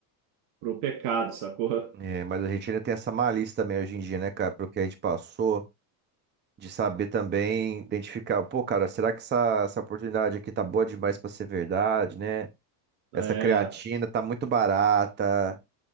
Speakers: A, on the right (about 65°); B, on the right (about 20°).
A: pro pecado, sacou?
B: É, mas a gente ainda tem essa malícia também hoje em dia, né, cara? Pelo que a gente passou. De saber também identificar, pô, cara, será que essa, essa oportunidade aqui tá boa demais pra ser verdade, né? Essa
A: É,
B: creatina tá muito barata,